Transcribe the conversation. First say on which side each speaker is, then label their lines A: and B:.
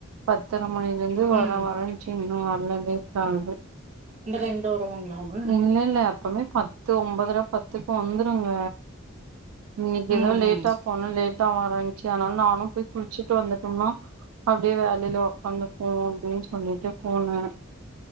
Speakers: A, on the right; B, on the right.
A: பத்தர மணில ந்து இது வர
B: ம்
A: வரனுச்சு இன்னு வர்ல லேட் ஆகுது
B: இந்த டைம்கு தா வருவாங்களா அவுங்க
A: இல்ல இல்ல எப்பமே பத் து ஒம்பதர பத்துக்கு வந்துருங்க இன்னைக்கு
B: ம்
A: ஏதோ லேட்டா
B: ம்
A: ஒன்னு லேட்டா வரேனுச்சு அதனால நானு போய் குளுச்சுட்டு வந்துட்டோம்னா அப்டியே வேலையில உக்காந்துபோ அப்டின்னு சொல்லிட்டு போன